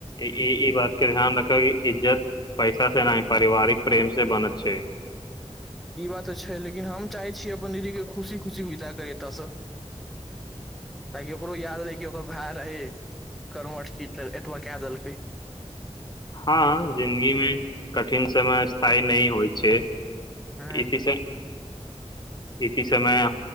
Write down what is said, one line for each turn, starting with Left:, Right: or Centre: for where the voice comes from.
Left: ई ई बात के ध्यान रखै इज्जत पैसा से नहि पारिवारिक प्रेम से बनत छै
Centre: ई बात तऽ छै लेकिन हम चाहै छी अपन दीदी कें खुशी खुशी विदा करी एतय सँ ताकि ओकरो याद रहै कि ओकर भाय रहै कर्मठ एतबा कऽ देलकै
Left: हां जिन्दगी मे कठिन समय स्थायी नहि होइ छै <unintelligible>
Centre: हँ
Left: इत्ती समय